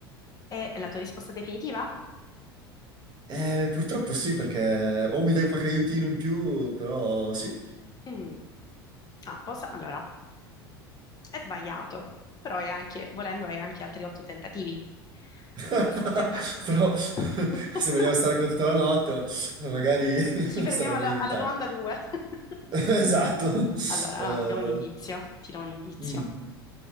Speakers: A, on the left (about 30°); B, on the right (about 35°).
A: E la tua risposta definitiva?
B: Eh, purtroppo sì, perché o mi dai qualche aiutino in più, però sì.
A: Mm. Ah, posa- allora, è sbagliato, però è anche, volendo, hai anche altri otto tentativi.
B: <laughs>
A: Se vu-
B: Però <laughs> se
A: <laughs>
B: vogliamo stare qua tutta la notte, magari
A: Ci
B: <laughs>
A: fermiamo
B: sarebbe
A: alla
B: meglio evitare.
A: alla domanda due. <laughs>
B: <laughs> Esatto.
A: Allora,
B: Eh,
A: no, ti do un indizio, ti do un indizio.
B: mm.